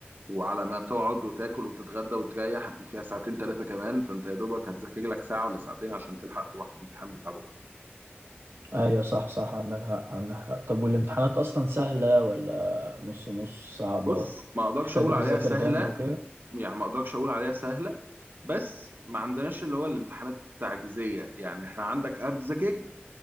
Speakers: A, on the right (about 55°); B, on the right (about 70°).
A: وعلى ما تقعد وتاكل وتتغدى وتريح دي فيها ساعتين ثلاثه كمان فانت يا دوبك هتذاكر لك ساعه ولا ساعتين عشان تلحق تروح الامتحان بتاع بكره
B: ايوه صح صح عندك حق عندك حق طب والامتحانات اصلا سهلة ولا نص نص صعبة
A: بص ما اقدرش
B: محتاج
A: اقول عليها
B: تذاكر
A: سهله
B: جامد وكده
A: يعني ما اقدرش اقول عليها سهله بس ما عندناش اللي هو الامتحانات التعجيزيه يعني احنا عندك هتذاكرت